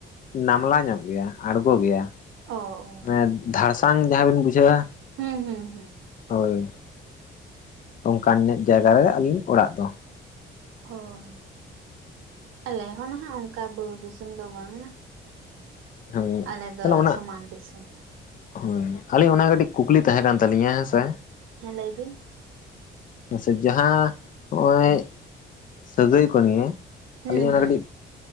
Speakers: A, on the left; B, on the right.
A: ᱱᱟᱢᱞᱟ ᱧᱚᱜ ᱜᱮᱭᱟ ᱟᱬᱜᱚ ᱜᱮᱭᱟ᱾
B: ᱚᱻ
A: ᱢᱟᱱᱮ ᱫᱷᱟᱲᱥᱟᱝ ᱡᱟᱦᱟᱸ ᱵᱤᱱ ᱵᱩᱡᱷᱟᱹᱣᱟ᱾
B: ᱦᱮᱸ ᱦᱩᱸ ᱦᱩᱸ
A: ᱦᱳᱭ ᱚᱱᱠᱟᱱ ᱧᱚᱜ ᱡᱟᱭᱜᱟ ᱨᱮ ᱟᱹᱞᱤᱧ ᱚᱲᱟᱜ ᱫᱚ᱾
B: ᱦᱳᱭ ᱟᱞᱮ ᱦᱚᱸ ᱱᱟᱦᱟᱸᱜ ᱚᱱᱠᱟ ᱵᱩᱨᱩ ᱫᱤᱥᱚᱢ ᱫᱚ ᱵᱟᱝᱟ᱾
A: ᱦᱳᱭ
B: ᱟᱞᱮ ᱫᱚ
A: ᱛᱟᱦᱚᱞᱮ ᱚᱱᱟ
B: ᱥᱚᱢᱟᱱ ᱫᱤᱥᱚᱢ᱾
A: ᱦᱳᱭ ᱟᱹᱞᱤᱧ ᱚᱱᱟ ᱠᱟᱹᱴᱤᱡ ᱠᱩᱠᱞᱤ ᱛᱟᱦᱮᱸ ᱠᱟᱱ ᱛᱟᱹᱞᱤᱧᱟ ᱦᱮᱸᱥᱮ᱾
B: ᱦᱮᱸ ᱞᱟᱹᱭ ᱵᱤᱱ?
A: ᱢᱟᱥᱮ ᱡᱟᱦᱟᱸ ᱦᱚᱜᱼᱚᱭᱼᱼ ᱥᱟᱹᱜᱟᱹᱭ ᱠᱚ ᱱᱤᱭᱮ
B: ᱦᱩᱸ
A: ᱟᱞᱤᱧᱟᱜ ᱚᱱᱟ
B: ᱦᱩᱸ
A: ᱠᱟᱹᱴᱤᱡ